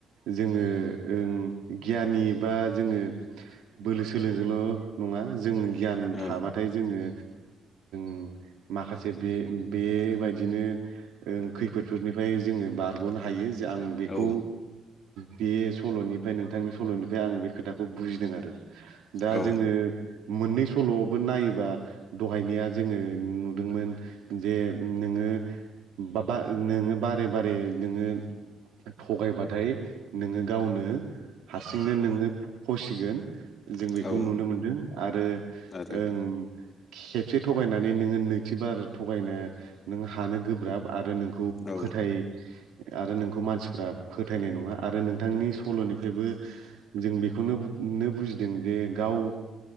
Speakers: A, on the right (about 80°); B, on the left (about 40°).
A: जोङो ओं गियानि बा जोङो बोलो सोलोजोंल' नङा जों गियान थाबाथाय
B: औ
A: जोङो उम माखासे बे बेबायाददिनो खैफोदफोरनिफ्राय जोङो बारग'नो हायो आं बेखौ
B: औ
A: बे सल'निफ्राय नोंथांनि सल'निफ्राय आं बे खोथाखौ बुजिदों आरो दा
B: औ
A: जोङो मोननै सल'आवबो नायोबा सहायनिया जोङो नुदोंमोन जे नोङो बा बा नोङो बारे बारे नोङो थगायबाथाय नोङो गावनो हारसिंनो नोङो फसिगोन जों बेखौ
B: औ
A: नुनो मोनदों आरो
B: आरो
A: ओं खेबसे थगायनानै नोङो नैथिबार थगायनो नों हानो गोब्राब आरो नोंखौ
B: औ
A: फोथाय आरो नोंखौ मानसिफ्रा फोथायनाय नङा आरो नोंथांनि सल'निफ्रायबो जों बेखौनो नो बुजिदों जे गाव